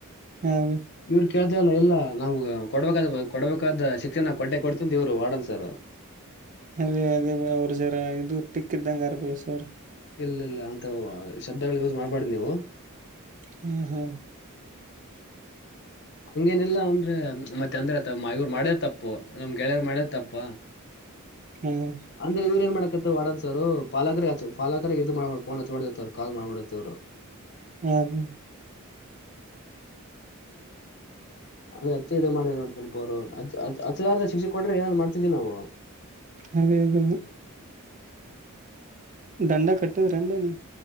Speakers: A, on the right; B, on the left.
A: ಹಾ ಬಿ
B: ಇವ್ರ ಕೇಳ್ತಾ ಇಲ್ಲ ಇಲ್ಲ ನಮಗ ಕೊಡ್ಬೇಕಾದ ಕೊಡ್ಬೇಕಾದ ಶಿಕ್ಷೆ ಕೊಟ್ಟೆ ಕೊಡ್ತೀವಿ ಅಂತ ಇವ್ರು ವಾರ್ಡನ್ ಸರ್
A: ಅದೇ ಅದೇ ಅವ್ರ ಜರ ಇದು ಟಿಕ್ಕ ಇದ್ದಂಗ ಆರ ಬಾಯ ಆ ಸರ್
B: ಇಲ್ಲ ಇಲ್ಲ ಅಂತ ಶಬ್ದಗಳು ಯೂಸ್ ಮಾಡ್ಬಾರ್ದ ನೀವು
A: ಹಾ ಹಾ
B: ಹಂಗೇನೆಲ್ಲಾ ಅಂದ್ರೆ ಮತ್ತೆ ಅಂದ್ರೆ ತ ಇವ್ರು ಮಾಡೇ ತಪ್ಪು ನಮ್ ಗೆಳೆಯರ್ ಮಾಡೇ ತಪ್ಪ
A: ಹ್ಮ್
B: ಅಂದ್ರೆ ಇವ್ರ ಏನ್ ಮಾಡಕತ್ತರ ವಾರ್ಡೆನ್ಸ್ ಪಾಲಕ್ರ ಪಾಲಕರು ಇದು ಮಾಡ್ ಫೋನ್ ಹಚ್ಚಬಾರ್ದಿತ್ತು ಕಾಲ್ ಮಾಡಬಾರದಿತ್ತು
A: ಹ್ಮ್ ಹ್ಮ್
B: ಅದೇ ಹಚ್ಚಿ ಇದ ಮಾಡಿದ್ರು ನೋಡ ಸ್ವಲ್ಪ ಅವ್ರು ಹಚ್ ಹಚ್ ಹಚ್ಚಲಾರದ ಶಿಕ್ಷೆ ಕೊಟ್ರೆ ಏನಾರಾ ಮಾಡ್ತಾ ಇದ್ವಿ ನಾವು
A: ಅದೇ ಅದೇ ದಂಡಾ ಕಟ್ಟಿದ್ರಿ ಏನ್ ಬಾಯ್ ನೀವು